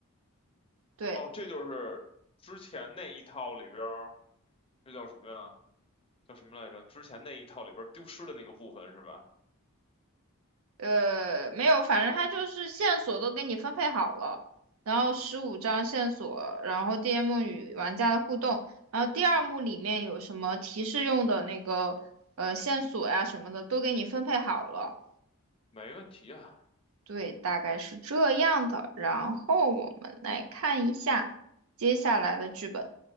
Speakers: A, on the right; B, on the left.
A: 对，
B: 哦，这就是之前那一套里边儿，这叫什么呀？叫什么来着？之前那一套里边儿丢失的那个部分是吧？
A: 呃，没有，反正它就是线索都给你分配好了，然后十五张线索，然后 DM 与玩家的互动，然后第二幕里面有什么提示用的那个呃线索呀、什么的都给你分配好了，
B: 没问题啊，
A: 对，大概是这样的，然后我们来看一下接下来的剧本，